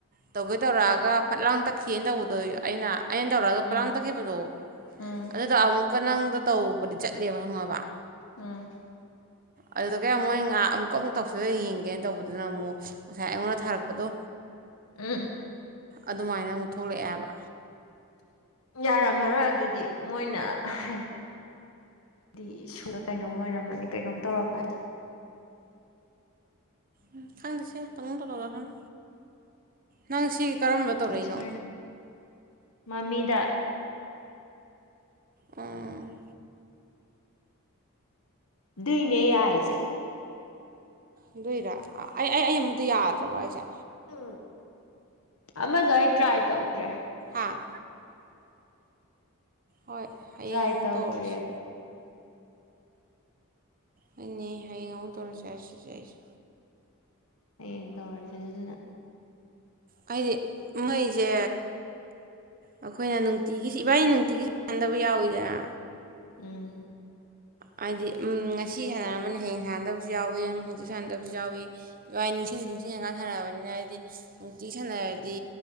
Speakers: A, on the right (about 40°); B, on the left (about 80°).
A: ꯇꯧꯒꯦ ꯇꯧꯔꯛꯑꯒ ꯐꯠ ꯂꯥꯎ ꯇꯠꯈꯤꯑꯦꯅ ꯇꯧꯕꯗꯣ ꯑꯩꯅ ꯑꯩꯅ ꯇꯧꯔꯛꯑꯒ
B: ꯎꯝ
A: ꯄꯠ ꯂꯥꯎ ꯇꯠꯈꯤꯕꯗꯣ
B: ꯎꯝ
A: ꯑꯗꯨꯗꯣ ꯑꯃꯨꯛ ꯀ ꯅꯪꯗ ꯇꯧꯕꯗꯤ ꯆꯠꯂꯦꯕ ꯈꯪꯉꯕ
B: ꯎꯝ
A: ꯑꯗꯨꯗꯒꯤ ꯃꯣꯏꯅ ꯉꯍꯥꯛ ꯑꯃꯨꯛꯀꯃꯨꯛ ꯇꯧꯁꯤꯜꯂ ꯌꯦꯡꯒꯦꯅ ꯇꯧꯕꯗꯨꯅ ꯑꯃꯨꯛ ꯉꯁꯥꯏ ꯑꯩꯉꯣꯟꯗ ꯊꯥꯔꯛꯄꯗꯣ
B: ꯎꯝ
A: ꯑꯗꯨꯃꯥꯏꯅ ꯑꯃꯨꯛ ꯊꯣꯛꯂꯛꯑꯦꯕ
B: ꯌꯥꯔꯝꯃꯔꯣꯏ ꯑꯗꯨꯗꯤ ꯃꯣꯏꯅ ꯍꯥꯏꯗꯤ ꯀꯩꯅꯣꯝ ꯑꯣꯏꯔꯝꯃꯅꯤ ꯀꯩꯅꯣꯝ ꯇꯧꯔꯝꯃꯅꯤ
A: ꯎꯝ ꯈꯪꯗꯁꯦ ꯇꯧꯅꯤꯡ ꯇꯧꯖꯔꯁꯅꯨ ꯅꯪꯁꯤ ꯀꯔꯝꯕ ꯇꯧꯔꯛꯏꯅꯣ
B: ꯇꯧꯔꯤꯁꯦ ꯃꯃꯤꯗ
A: ꯎꯝ
B: ꯗꯨꯏꯅꯦ ꯌꯥꯏꯁꯦ
A: ꯑꯗꯨꯏꯔ ꯑꯩ ꯑꯩ ꯑꯩ ꯑꯃꯗ ꯌꯥꯗ꯭ꯔꯕ ꯍꯥꯏꯁꯦ
B: ꯎ ꯑꯃꯗꯣ ꯑꯩ ꯇ꯭ꯔꯥꯏ ꯇꯧꯗ꯭ꯔꯦ
A: ꯍꯥ ꯍꯣꯏ ꯍꯌꯦꯡ
B: ꯇ꯭ꯔꯥꯏ
A: ꯑꯃꯨꯛ
B: ꯇꯧꯗ꯭ꯔꯤꯑꯦꯕ
A: ꯇꯧꯔꯁꯤ ꯍꯣꯏꯅꯦ ꯍꯌꯦꯡ ꯇꯧꯔꯁꯤ ꯍꯥꯏꯁꯤꯁꯦ ꯑꯩꯁꯨ
B: ꯍꯌꯦꯡ ꯇꯧꯔꯖꯦ ꯑꯗꯨꯗꯨꯅ
A: ꯍꯥꯏꯗꯤ ꯃꯩꯖꯦ ꯑꯩꯈꯣꯏꯅ ꯅꯨꯡꯇꯤꯒꯤ ꯏꯕꯥꯅꯤ ꯅꯨꯡꯇꯤꯒꯤ ꯁꯥꯟꯗꯕ ꯌꯥꯎꯋꯤꯗꯅ
B: ꯎꯝ
A: ꯍꯥꯏꯗꯤ ꯉꯁꯤ ꯁꯥꯟꯅꯔꯝꯕꯅꯤꯅ ꯍꯌꯦꯡ ꯁꯥꯟꯅꯗꯕꯁꯨ ꯌꯥꯎꯏꯤ ꯍꯣꯡꯆꯤꯠ ꯁꯥꯟꯅꯗꯕꯁꯨ ꯍꯥꯏꯗꯤ ꯎꯝ ꯉꯁꯤ ꯁꯥꯅꯔꯝꯃꯅꯤ ꯍꯌꯦꯡ ꯁꯥꯟꯅꯗꯕꯁꯨ ꯌꯥꯎꯏ ꯍꯥꯡꯆꯤꯠ ꯁꯥꯟꯅꯗꯕꯁꯨ ꯌꯥꯎꯏ ꯏꯕꯥꯅꯤ ꯅꯤꯡꯁꯤꯡ ꯅꯤꯡꯁꯤꯡꯉꯀꯥꯟ ꯁꯥꯟꯅꯔꯕꯅꯤꯅ ꯍꯥꯏꯗꯤ ꯅꯨꯡꯇꯤꯒꯤ ꯁꯥꯟꯅꯔꯗꯤ